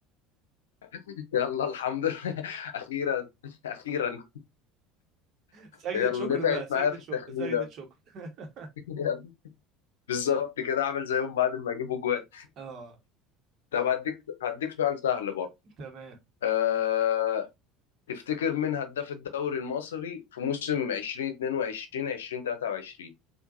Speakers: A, on the left; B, on the right.
A: <laughs> يلا الحمد لله <laughs> أخيرا أخيرا
B: سجدة
A: يلا
B: شكر
A: نفعت
B: بقى سجدة
A: معايا في
B: شكر
A: التخمينة
B: سجدة شكر <laughs>
A: <laughs> يلا. بالظبط كده أعمل زيهم بعد ما أجيبوا جوان
B: اه
A: طب هديك هديك سؤال سهل برضه
B: تمام
A: أه تفتكر مين هداف الدوري المصري في موسم 2022 2023